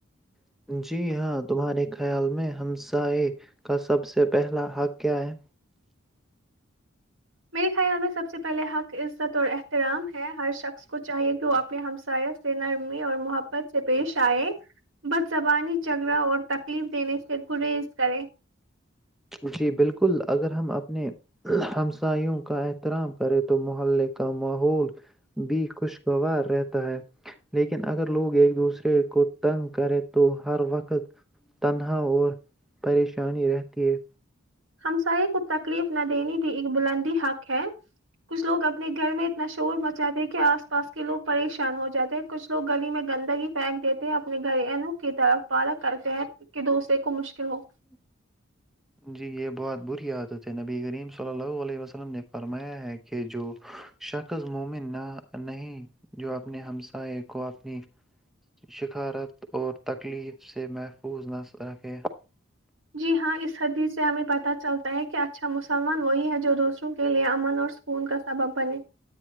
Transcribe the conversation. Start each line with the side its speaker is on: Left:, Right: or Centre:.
Centre: ہیں جی ہاں تمہارے خیال میں ہمسائے کا سب سے پہلا حق کیا ہے
Right: میرے خیال میں سب سے پہلے حق عزت اور احترام ہے ہر شخص کو چاہیے کہ آپ ہمساس سے نرمی اور محبت سے پیش آئے بس زبانی جھگڑا اور تکلیف دینے سے گریز کریں
Centre: جی بالکل اگر ہم اپنے ہمساوں کا احترام کریں تو محلے کا ماحول بھی خوشگوار رہتا ہے لیکن اگر لوگ ایک دوسرے کو تنگ کریں تو ہر وقت تنہا اور پریشانی رہتی ہے
Right: ہمسائے ک تکلیف نہ دینے بھی ایک بلندی حق ہے کچھ لوگ اپنے گھر میں شور مچاتے کہ آس پاس کے لوگ پریش ان ہو جاتے ہیں کچھ لو گلی میں گندگی پھینک دیتے ہیں ا اپنے گرینوں کی طرف پارا کرتے ہیں کہ دوسرے مشکل ہو
Centre: <unintelligible>
Right: جی ہاں اس حدیث سے ہمیں پتہ چلتا ہے کہ اچھا مسلمان وہی ہے جو دوسروں کے لیئے امن اور سکون کا سبب بنے